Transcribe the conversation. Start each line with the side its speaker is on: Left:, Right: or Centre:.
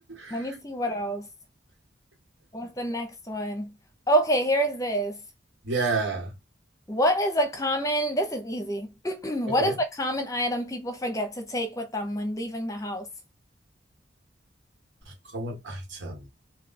Left: Let
Right: <laughs>
Left: me see what else. What's the next one? Okay, here's this.
Right: Yeah.
Left: What is a common, this is easy. <clears throat> What
Right: Okay.
Left: is a common item people forget to take with them when leaving the house?
Right: Common item.